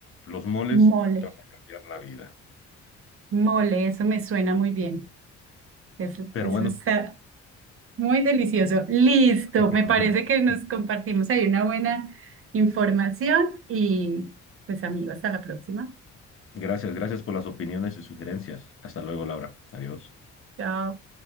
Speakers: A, on the left; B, on the right.
A: Los moles
B: Mole.
A: cambiar la vida.
B: Mole, eso me suena muy bien. Eso,
A: Pero
B: eso
A: bueno,
B: está muy delicioso. Listo,
A: <laughs>
B: me parece que nos compartimos ahí una buena información y pues amigos, hasta la próxima.
A: gracias, gracias por las opiniones y sugerencias. Hasta luego, Laura. Adiós.
B: Chao.